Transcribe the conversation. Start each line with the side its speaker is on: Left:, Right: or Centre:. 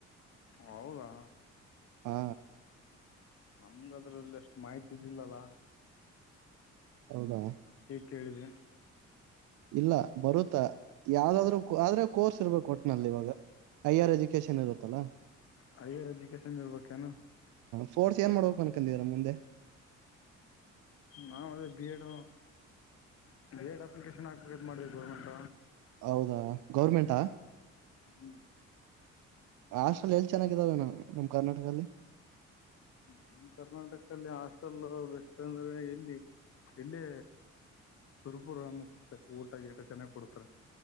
Left: ಹೌದಾ
Right: ಹಾ
Left: ನಮ್ಗ ಅದ್ರಲ್ಲಿ ಎಷ್ಟು ಮಾಹಿತಿ ಇದಿಲ್ಲಲ್ಲ
Right: ಹೌದಾ
Left: ಕೇಳಿದೆ
Right: ಇಲ್ಲ ಬರುತ್ತಾ ಯಾವ್ದಾದ್ರು ಆದ್ರೆ ಕೋರ್ಸ್ ಇರ್ಬೇಕು ಒಟ್ನಲ್ಲಿ ಇವಾಗ ಹೈಯರ್ ಎಜುಕೇಶನ್ ಇರುತ್ತಲ್ಲ
Left: ಹೈಯರ್ ಎಜುಕೇಷನ್ ಇರ್ಬೇಕೇನು
Right: ಫೋರ್ಸ್ ಏನ್ ಮಾಡ ಕನಕಲ್ಲಿ ರಮಂದ
Left: ನಾವ ಅದೇ ಬಿ ಎಡ್ ಎಡ್ ಅಪ್ಲಿಕೇಶನ್ ಹಾಕ್ಬೇಕ ಮಾಡಿದೆವಿ ಗೌರ್ಮೆಂಟ್
Right: ಹೌದಾ ಗೌರ್ಮೆಂಟಾ
Left: ಹ್ಞೂ
Right: ರಾಷ್ಟ್ರಲ್ಲಿ ಎಲ್ಲಿ ಚೆನ್ನಾಗಿದ್ದಾವೆ ನ ನಮ ಕರ್ನಾಟಕದಲ್ಲಿ
Left: ನಮ್ಮ ಕರ್ನಾಟಕಲ್ಲಿ ಹಾಸ್ಟೆಲ್ ಬೆಸ್ಟ್ ಅಂದ್ರೆ ಎಲ್ಲಿ ಎಲ್ಲಿ ಸುರ್ಪುರ ಅನ್ನಿಸುತ್ತೆ ಊಟ ಗ ಟ ಚೆನ್ನಾಗ್ ಕೊಡ್ತಾರೆ